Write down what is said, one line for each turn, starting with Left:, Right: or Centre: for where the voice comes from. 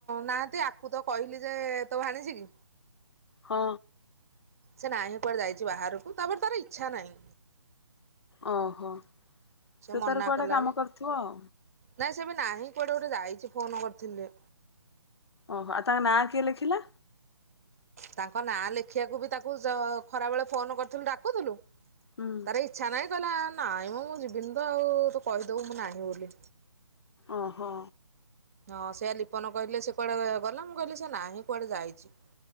Right: ନାହାନ୍ତି ଆକୁ ତ କହିଲି ଯେ ତୋ ଭାଣିଛି କି?
Left: ହଁ।
Right: ସେ ନାହିଁ କୁଆଡେ ଯାଇଛି ବାହାରକୁ ତାପରେ ତାର ଇଚ୍ଛା ନାହିଁ।
Left: ଓହୋ ସେ
Right: ମନା
Left: ତାର କୁଆଡେ
Right: କଲା
Left: କାମ
Right: ବି
Left: କରୁଥିବ ଆଉ।
Right: ନାଇଁ ସେବେ ନାହିଁ କୁଆଡ଼େ ଗୋଟେ ଯାଇଛି ଫୋନ କରିଥିଲେ।
Left: ଓହୋ ଆଉ ତାଙ୍କ ନାଁ କିଏ ଲେଖିଲା?
Right: ତାଙ୍କ ନାଁ ଲେଖିବାକୁ ବି ତାକୁ ଜ ଖରାବେଳେ ଫୋନ କରିଥିଲୁ ଡାକୁଥିଲୁ
Left: ହୁଁ
Right: ତାର ଇ ଇଚ୍ଛା ନାହିଁ କହିଲା ନାଇଁ ମୁଁ ଯିବିନି ତ ଆଉ ତୁ କହିଦେବୁ ମୁଁ ନାହିଁ ବୋଲି।
Left: ଓ ହଁ।
Right: ହଁ ସେଆ ଲିପନ କହିଲେ ସେ କୁଆଡେ ଗଲା ମୁଁ କହିଲି ସେ ନାହିଁ କୁଆଡେ ଯାଇଛି।